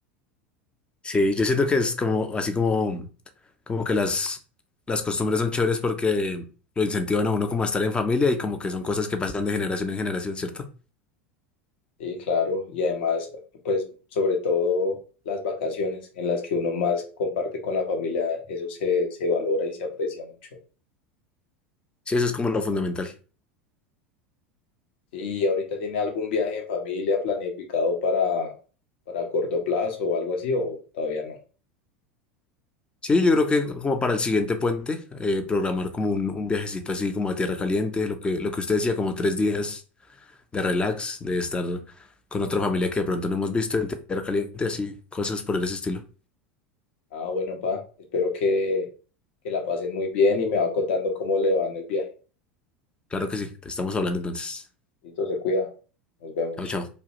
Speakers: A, on the left; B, on the left.
A: sí, yo siento que es como así como, como que las, las costumbres son chéveres porque lo incentivan a uno como a estar en familia y como que son cosas que pasan de generación en generación, ¿cierto?
B: Sí, claro, y además, pues sobre todo las vacaciones en las que uno más comparte con la familia, eso se, se valora y se aprecia mucho.
A: Sí, eso es como lo fundamental.
B: ¿Y ahorita tiene algún viaje en familia planificado para, para corto plazo o algo así o todavía no?
A: Sí, yo creo que como para el siguiente puente, eh, programar como un, un viajecito así como a Tierra Caliente, lo que, lo que usted decía, como tres días de relax, de estar con otra familia que de pronto no hemos visto en tierra caliente, así, cosas por ese estilo.
B: Ah, bueno, pa, espero que, que la pasen muy bien y me va contando cómo le va en el viaje.
A: Claro que sí, te estamos hablando entonces.
B: Listo, se cuida. Nos vemos.
A: Chao, chao.